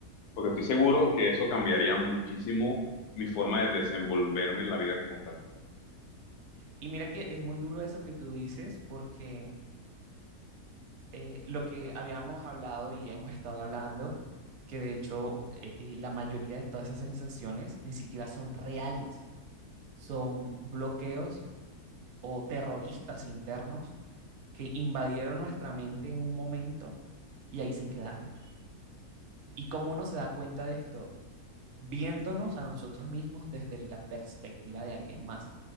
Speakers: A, on the left; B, on the right.
A: porque estoy seguro que eso cambiaría muchísimo mi forma de desenvolverme en la vida como tal.
B: Y mira que es muy duro eso que tú dices porque eh, lo que habíamos hablado y hemos estado hablando, que de hecho eh, la mayoría de todas esas sensaciones ni siquiera son reales, son bloqueos o terroristas internos que invadieron nuestra mente en un momento y ahí se quedaron. ¿Y cómo uno se da cuenta de esto? Viéndonos a nosotros mismos desde la perspectiva de alguien más.